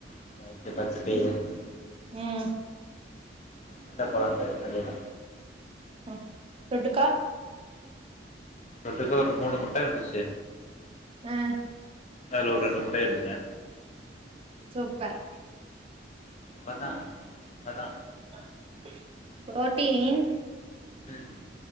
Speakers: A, on the left (about 40°); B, on the right (about 30°).
A: <unintelligible>
B: ம்
A: வத்த கொளம்பு அதே தா
B: ம் தொட்டுக்கா
A: தொட்டுக்க ஒரு மூணு முட்ட இருந்துச்சு
B: ஹெ
A: அல ஒரு ரெண்டு மூட்டையா எடுத்துட்டே
B: சூப்பர்
A: ப்பதா ப்பதா
B: ம் ப்ரோட்டீன்
A: ம்